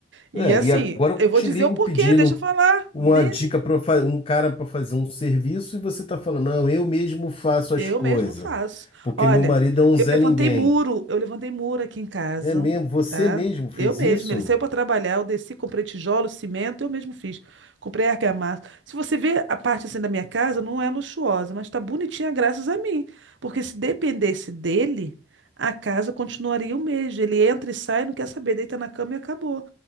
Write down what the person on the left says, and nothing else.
É,
e agora eu
te
ligo
pedindo
uma dica para um cara para fazer um serviço e você tá falando, não, eu mesmo faço
as coisas,
porque
meu marido é um
Zé
Ninguém.
É mesmo? Você
mesmo fez
isso?